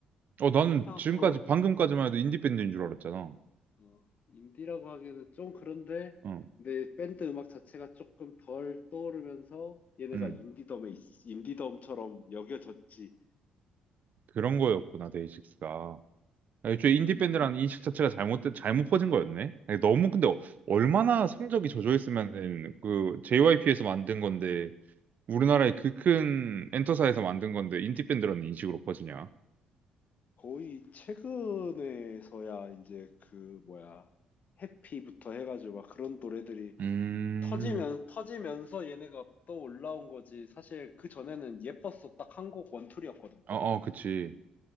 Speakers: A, on the right; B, on the left.
A: 어, 나는
B: 그렇다고
A: 지금까지,
B: 어, 또
A: 방금까지만 해도 인디밴드인
B: 어.
A: 줄 알았잖아.
B: 어, 인디라고 하기에는 좀 그런데,
A: 어,
B: 근데 밴드 음악 자체가 조금 덜 떠오르면서 얘네가
A: 음,
B: 인디덤에, 있- 인디덤처럼 여겨졌지.
A: 그런 거였구나, 데이식스가.
B: 어,
A: 아, 애초에
B: 어디
A: 인디밴드라는
B: 인디,
A: 인식 자체가 잘못된,
B: 어,
A: 잘못 퍼진 거였네? 아니, 너무, 근데, 어- 얼마나 성적이 저조했으면, 그, JYP에서 만든 건데, 우리나라의 그 큰 엔터사에서 만든 건데, 인디밴드라는 인식으로 퍼지냐?
B: 거의 최근에서야 이제 그 뭐야 해피부터 해가지고 막 그런 노래들이
A: 음,
B: 터지면 터지면서 얘네가 또 올라온 거지 사실 그 전에는 예뻤어 딱 한 곡 원툴이었거든 거의
A: 어, 어, 그치.